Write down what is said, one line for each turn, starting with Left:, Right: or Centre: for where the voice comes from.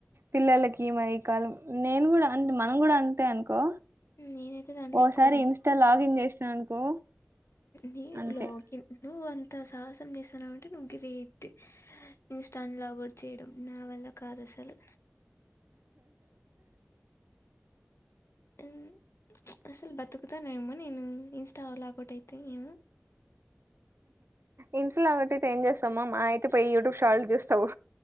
Right: పిల్లలకి మరి ఈ కాలం నేను గూడా అంతే మనం గూడా అంతే అనుకో.
Left: నేనైతే దాంట్లో
Right: ఓసారి
Left: ఎక్కువ లేదు
Right: ఇన్స్టా లాగిన్ చేశినా అనుకో.
Left: నీ
Right: అంతే
Left: లాగిన్ నువ్వు అంత సాహసం చేస్తున్నావ అంటే నువ్వు గ్రేటు. ఇన్స్టాను లాగౌట్ చేయడం నా వల్ల కాదు అసలు. ఉమ్ అసలు బతుకుతానేేమో నేను ఇన్స్టా లా ఒకటి అయితే ఏమో
Right: ఇంట్ల ఒకటియితే ఏం చేస్తామ్మా మా అయితే పోయి యూట్యూబ్ షాలు చెస్తావు